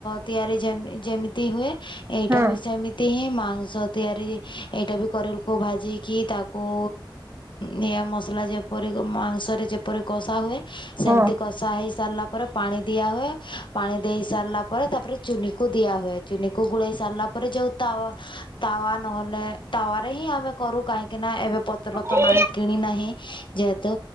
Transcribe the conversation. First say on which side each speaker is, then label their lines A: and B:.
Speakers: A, on the left; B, on the right.
A: ତିଆରି ଯେମ ଯେମିତି ହୁଏ। ଏଇଟା
B: ହଁ
A: ବି ସେମିତି ହିଁ ମାଂସ ତିଆରି ଏଇଟା ବି କରିଲକୁ ଭାଜିକି ତାକୁ। ନିଆଁ ମସଲା ଯେପରି କି ମାଂସରେ ଯେପରି କଷା ହୁଏ। ସେମିତି
B: ହଁ।
A: କଷା ହେଇ ସାରିଲା ପରେ ପାଣି ଦିଆ ହୁଏ ପାଣି ଦେଇ ସାରିଲା ପରେ ତାପରେ ଚୁନି କୁ। ଦିଆ ହୁଏ ଚୁନି କି ଗୋଳେଇ ସାରିଲା ପରେ ଜୋଉ ତାୱା ତାୱା ନହଲେ ତାୱ ରେ ହିଁ ଆମେ କ କରୁ କାହିଁକି ନା ଏବେ ପତ୍ର ତ
B: ହୁଁ
A: ନାହିଁ କିଣି ନାହିଁ ଯେ। ହେତୁ